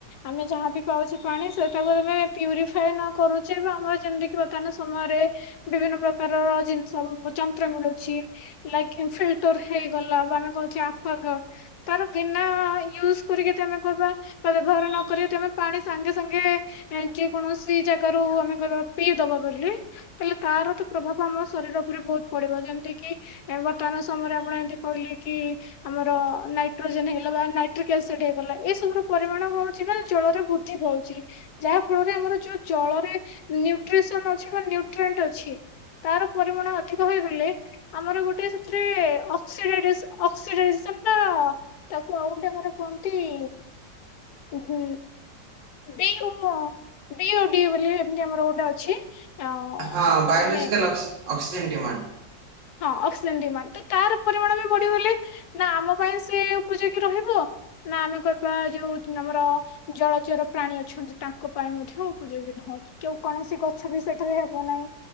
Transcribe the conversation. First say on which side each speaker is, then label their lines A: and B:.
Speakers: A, on the left; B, on the right.
A: ଆମେ ଯାହା ବି ପାଉଛେ ପାଣି ସେଟାକୁ ତମେ ପ୍ୟୁରିଫାଏ ନ କରୁଛେ ବା ଆମର ଯେମିତିକି ବର୍ତ୍ତମାନ ସମୟରେ। ବିଭିନ୍ନ ପ୍ରକାରର ଜିନିଷ ଉଁ ଯନ୍ତ୍ର ମିଳୁଛି। ଲାଇକ ଫିଲ୍ଟର ହେଇଗଲା ବା ଆମେ କହୁଛେ ଆକ୍ୱାଗାର୍ଡ। ତାର ବିନା ୟୁଜ କରିକି ଯଦି ଆମେ କହିବା। ତା ବ୍ୟବହାର ନକରି ତମେ ପାଣି ସାଙ୍ଗେ ସାଙ୍ଗେ। ଏଁ ଯେକୌଣସି ଜାଗାରୁ ଆମେ କହିବା ପିଇ ଦବା ବୋଲି। ତାହେଲେ ତାର ତ ପ୍ରଭାବ ଆମ ଶରୀର ଉପରେ ବହୁତ ପଡିବ ଯେମିତି କିି। ଏ ବର୍ତ୍ତମାନ ସମୟରେ ଆପଣ ଏମିତି କହିଲେ କି। ଆମର ନାଇଟ୍ରୋଜେନ ହେଇଗଲା ବା ନାଇଟ୍ରିକ ଏସିଡ ହେଇଗଲା ଏ ସବୁର ପରିମାଣ କଣ ହଉଚି ନା ଜଳରେ ବୁ ଧି ପାଉଚି। ଯାହା ଫଳରେ ଆମର ଯୋଉ ଜଳରେ ନ୍ୟୁଟ୍ରିସନ ଅଛି ବା ନ୍ୟୁଟ୍ରେଣ୍ଟ ଅଛି। ତାର ପରିମାଣ ଅଧିକ ହୋଇଗଲେ। ଆମର ଗୋଟିଏ ସେଥିରେ ଅକ୍ସିଡାଇଡେସନ ଅକ୍ସିଡାଇଜେସନ ଟା। ତାକୁ ଆଉ ଗୋଟେ ଆମର କୁହନ୍ତି ଉଁ। ବି ମୋ ବି ଓ ଡି ବୋଲି ଏମିତି ଆମର ଗୋଟେ ଅଛି। ଅ
B: ହଁ ବାୟୋଲୋଜିକାଲ
A: ମାନେ
B: ଅକ୍ସି ଅକ୍ସିଜେନ୍ ଡିମାଣ୍ଡ୍।
A: ହଁ ଅକ୍ସିଜେନ ଡିମାଣ୍ଡ ତ ତାର ପରିମାଣ ବି ବଢିଗଲେ ନା ଆମ ପାଇଁ ସେ ଉପଯୋଗୀ ରହିବ। ନା ଆମେ କରିବା ଯୋଉ ଉଁ ଆମର। ଜଳଚର ପ୍ରାଣୀ ଅଛନ୍ତି ତାଙ୍କ ପାଇଁ ମଧ୍ୟ ଉପଯୋଗୀ ନୁହ। କେଉ କୌଣସି ଗଛ ବି ସେଠାରେ ହେବ ନାହିଁ